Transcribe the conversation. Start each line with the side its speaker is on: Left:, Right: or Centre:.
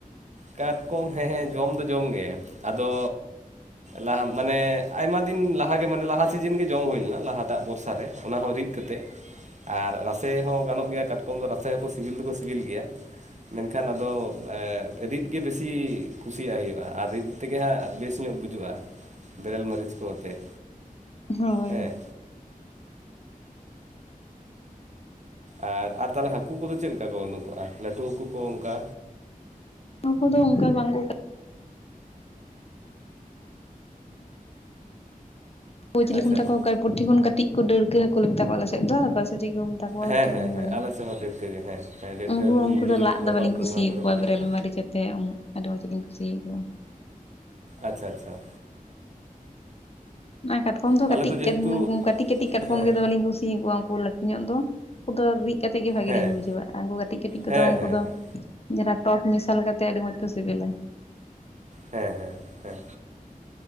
Right: ᱠᱟᱴᱠᱚᱢ ᱦᱮᱸ ᱦᱮᱸ ᱡᱚᱢ ᱫᱚ ᱡᱚᱢ ᱜᱮ ᱟᱫᱚ ᱞᱟᱦᱟ ᱢᱟᱱᱮ ᱟᱭᱢᱟ ᱫᱤᱱ ᱞᱟᱦᱟ ᱜᱮ ᱢᱟᱱᱮ ᱞᱟᱦᱟ ᱥᱤᱡᱤᱱ ᱜᱮ ᱡᱚᱢ ᱦᱩᱭ ᱞᱮᱱᱟ, ᱞᱟᱦᱟᱴᱟᱜ ᱵᱚᱨᱥᱟ ᱨᱮ ᱚᱱᱟ ᱦᱚᱸ ᱨᱤᱫ ᱠᱟᱛᱮᱜ ᱟᱨ ᱨᱟᱥᱮ ᱦᱚᱸ ᱜᱟᱱᱚᱜ ᱜᱮᱭᱟ, ᱠᱟᱴᱠᱚᱢ ᱫᱚ ᱨᱟᱥᱮ ᱦᱚᱸᱠᱚ ᱥᱤᱵᱤᱞ ᱫᱚᱠᱚ ᱥᱤᱵᱤᱞ ᱜᱮᱭᱟ᱾ ᱢᱮᱱᱠᱷᱟᱱ ᱟᱫᱚ ᱮᱸ ᱨᱤᱫ ᱜᱮ ᱵᱮᱥᱤ ᱠᱩᱥᱤᱭᱟᱜ ᱦᱩᱭᱩᱜ-ᱟ ᱟᱨ ᱨᱤᱫ ᱛᱮᱜᱮ ᱦᱟᱸᱜ ᱵᱮᱥ ᱧᱚᱜ ᱵᱩᱡᱚᱜ-ᱟ᱾ ᱵᱮᱨᱮᱞ ᱢᱟᱹᱨᱤᱪ ᱠᱚ ᱟᱛᱮᱫ᱾
Left: ᱦᱳᱭ᱾
Right: ᱦᱮᱸ ᱟᱨ, ᱟᱨ ᱛᱟᱦᱞᱮ ᱦᱟᱹᱠᱩ ᱠᱚᱫᱚ ᱪᱮᱫ ᱞᱮᱠᱟ ᱠᱚ ᱳᱸᱰᱳᱠᱟᱜ-ᱟ ᱞᱟᱹᱴᱩ ᱦᱟᱹᱠᱩ ᱠᱚ ᱚᱝᱠᱟ?
Left: ᱦᱟᱹᱠᱩ ᱫᱚ ᱚᱱᱠᱟ ᱵᱟᱝ ᱠᱚ ᱠᱚ ᱪᱤᱞᱤ
Right: ᱟᱪᱪᱷᱟ
Left: ᱠᱚ ᱢᱮᱛᱟ
Right: ᱟᱪᱪᱷᱟ
Left: ᱠᱚᱣᱟ ᱚᱠᱟ ᱯᱩᱴᱷᱤ ᱠᱷᱚᱱ ᱠᱟᱹᱴᱤᱡ ᱠᱚ ᱰᱟᱹᱲᱠᱟᱹ ᱦᱟᱹᱠᱩ ᱞᱮ ᱢᱮᱛᱟ ᱠᱚᱣᱟ ᱟᱞᱮ ᱥᱮᱜ ᱫᱚ᱾ ᱟᱯᱮ ᱥᱮᱜ ᱪᱮᱫ ᱠᱚ ᱢᱮᱛᱟ ᱠᱚᱣᱟ
Right: ᱦᱮᱸ
Left: ᱦᱚᱭᱛᱚ
Right: ᱦᱮᱸ
Left: ᱵᱟᱹᱞᱤᱧ
Right: ᱦᱮᱸ
Left: ᱵᱟᱲᱟᱭᱟ,
Right: ᱟᱞᱮ ᱥᱮᱫ ᱦᱚᱸ ᱰᱟᱹᱲᱠᱟᱹ ᱜᱮ ᱦᱮᱸ ᱦᱮᱸ ᱰᱟᱹᱲᱠᱟᱹ
Left: ᱩᱱᱠᱩ
Right: ᱦᱟᱹᱠᱩ
Left: ᱩᱱᱠᱩ
Right: ᱞᱩᱞᱤ
Left: ᱫᱚ
Right: ᱦᱟᱹᱠᱩ
Left: ᱞᱟᱫ ᱫᱚᱢᱮᱞᱤᱧ
Right: ᱟᱵᱟᱨ
Left: ᱠᱩᱥᱤᱭᱟᱠᱚᱣᱟ
Right: ᱚᱱᱟ ᱠᱚᱦᱚᱸ ᱠᱟᱹᱴᱤᱡ
Left: ᱵᱮᱨᱮᱞ
Right: ᱠᱚ
Left: ᱢᱟᱨᱤᱪ ᱛᱮ ᱩᱱ ᱟᱹᱰᱤ ᱢᱚᱡᱽ ᱤᱧ ᱠᱩᱥᱤᱭ ᱟᱠᱚᱣᱟ᱾
Right: ᱟᱪᱪᱷᱟ ᱟᱪᱪᱷᱟ᱾
Left: ᱚᱱᱟ ᱠᱟᱴᱠᱚᱢ ᱫᱚ
Right: ᱟᱞᱮ
Left: ᱠᱟᱹᱴᱤᱡ
Right: ᱡᱮᱦᱮᱛᱩ
Left: ᱠᱟᱱ ᱠᱟᱹᱴᱤᱡ ᱠᱟᱹᱴᱤᱡ ᱠᱟᱴᱠᱚᱢ
Right: ᱦᱮᱸ
Left: ᱜᱮ ᱫᱚᱢᱮᱞᱤᱧ ᱠᱩᱥᱤᱭᱟᱠᱚᱣᱟ ᱩᱱᱠᱩ ᱞᱟᱹᱴᱩ ᱧᱚᱜ ᱫᱚ ᱩᱱᱠᱩ ᱫᱚ ᱨᱤᱜ ᱠᱟᱛᱮ ᱜᱮ ᱵᱷᱟᱜᱤ
Right: ᱦᱮᱸ
Left: ᱞᱤᱧ ᱵᱩᱡᱷᱟᱹᱣᱟ, ᱟᱨ ᱩᱱᱠᱩ ᱠᱟᱹᱴᱤᱡ ᱠᱟᱹᱴᱤᱡ ᱠᱚᱫᱚ
Right: ᱦᱮᱸ
Left: ᱩᱱᱠᱩ
Right: ᱦᱮᱸ
Left: ᱫᱚ
Right: ᱦᱮᱸ
Left: ᱡᱟᱦᱟᱸᱱᱟᱜ ᱴᱚᱠ ᱢᱮᱥᱟᱞ ᱠᱟᱛᱮᱫ ᱟᱹᱰᱤ ᱢᱚᱸᱡᱽ ᱠᱚ ᱥᱤᱵᱤᱞᱟ᱾
Right: ᱦᱮᱸ ᱦᱮᱸ ᱦᱮᱸ᱾